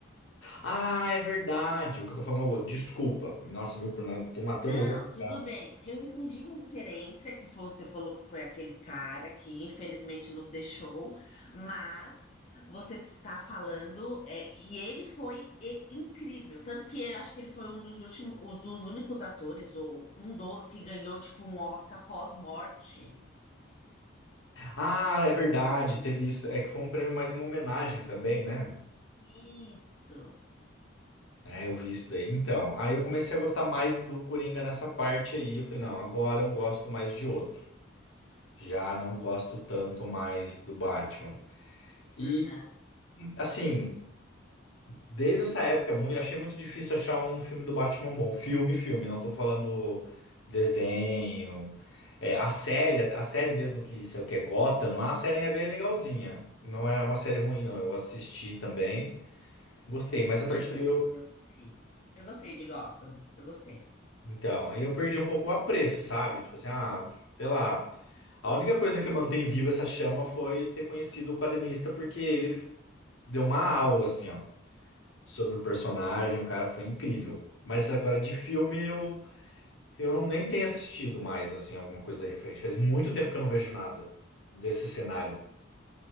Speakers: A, on the left; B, on the left.
A: Ah, é verdade. O que eu tô falando é o outro. Desculpa. Nossa, meu, não, tô matando
B: Não,
A: o outro.
B: tudo
A: cara.
B: bem. Eu entendi a referência que você falou que foi aquele cara que infelizmente nos deixou, mas você tá falando, é, e ele foi e- incrível. Tanto que eu acho que ele foi um dos últimos, um dos únicos atores, ou um dos que ganhou, tipo, um Oscar pós-morte.
A: Ah, é verdade. Teve isso. É que foi um prêmio mais uma homenagem também, né?
B: Isso.
A: É, eu vi isso daí. Então, aí eu comecei a gostar mais do Coringa nessa parte aí. Eu falei, não, agora eu gosto mais de outro. Já não gosto tanto mais do Batman. E,
B: Aham.
A: assim, desde essa época, é mui- achei muito difícil achar um filme do Batman bom. Filme, filme, não tô falando desenho. É, a série, até- a série mesmo que isso é o que é Gotham lá, a série é bem legalzinha. Não é uma série ruim, não. Eu assisti também, gostei,
B: Eu assisti,
A: mas a partir
B: eu gostei.
A: daí eu
B: Eu gostei Eu gostei de Gotham. Eu gostei.
A: Então, aí eu perdi um pouco o apreço, sabe? Tipo assim, ah, sei lá. A única coisa que mantém viva essa chama foi ter conhecido o quadrinista, porque ele deu uma aula, assim, ó, sobre o personagem, o cara foi incrível. Mas agora de filme eu, eu não nem tenho assistido mais, assim, alguma coisa referente. Faz muito tempo que eu não vejo nada desse cenário.